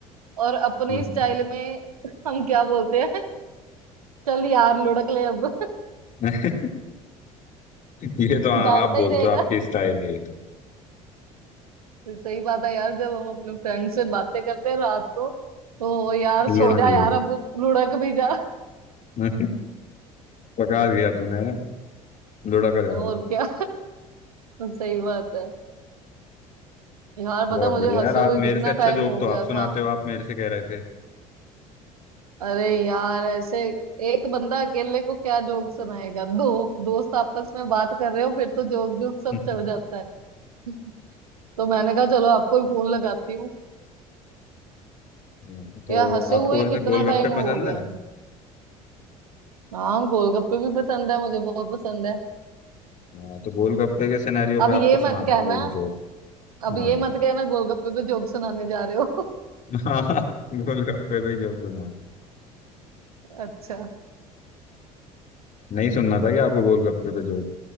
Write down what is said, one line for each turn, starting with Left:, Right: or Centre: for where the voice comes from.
Right: और अपने
Left: हम्म।
Right: स्टाइल में हम क्या बोलते हैं चल यार लुढ़क ले अब <laughs>
Left: <laughs> ये तो आप
Right: जागता
Left: बोलते
Right: ही रहेगा
Left: हो आपकी स्टाइल है ये तो
Right: सही बात है यार जब हम अपने फ्रेंड से बातें करते हैं रात को तो यार
Left: लुढ़क
Right: सो जा
Left: ले
Right: यार अब लुढ़क भी जा
Left: <laughs> पका दिया तूने लुढ़क जाम
Right: <laughs> और क्या <laughs> सही बात है यार बता
Left: बहुत
Right: मुझे
Left: बढ़िया
Right: हंसे
Left: यार आप
Right: हुए कितना
Left: मेरे से अच्छा
Right: टाइम
Left: जोक
Right: हो
Left: तो आप
Right: गया
Left: सुनाते
Right: था
Left: हो आप मेरे से कह रहे थे
Right: अरे यार ऐसे एक बंदा अकेले को क्या जोक सुनाएगा दो दोस्त आपस में बात कर रहे हो फिर तो जोक जोक सब
Left: <laughs>
Right: चल जाता है <laughs> तो मैंने कहा चलो आपको ही फोन लगाती हूँ
Left: हाँ, तो
Right: यार हंसे
Left: आपको
Right: हुए
Left: वैसे
Right: ही कितना
Left: गोलगप्पे
Right: टाइम हो
Left: पसंद
Right: गया
Left: है
Right: हाँ गोलगप्पे भी पसंद है मुझे बहुत पसंद है
Left: हाँ तो गोलगप्पे के सिनेरियो पे
Right: अब
Left: आपको
Right: ये
Left: सुनाता
Right: मत कहना
Left: हूँ एक जोक
Right: अब
Left: हाँ
Right: ये मत कहना गोलगप्पे पे जोक सुनाने जा रहे हो
Left: हाँ गोलगप्पे पे ही जोक बना
Right: <laughs> अच्छा
Left: नहीं सुनना था क्या आपको गोलगप्पे पे जोक